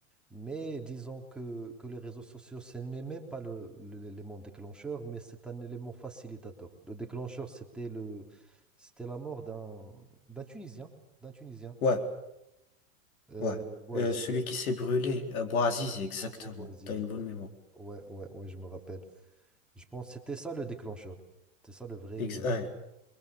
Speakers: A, in the centre; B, on the left.
A: mais disons que, que les réseaux sociaux, ce n'est même pas le, le- l'élément déclencheur, mais c'est un élément facilitateur. Le déclencheur, c'était le, c'était la mort d'un, d'un Tunisien, d'un Tunisien,
B: Ouais.
A: euh,
B: Ouais.
A: Bouazizi
B: Euh, celui qui s'est brûlé, euh, Bouazizi, exactement.
A: Oh, oh, bah, Zizou,
B: T'as une bonne
A: ouais.
B: mémoire.
A: Ouais, ouais, ouais, je me rappelle. Je pense que c'était ça le déclencheur. C'est ça le vrai.
B: Ex-
A: euh,
B: ouais,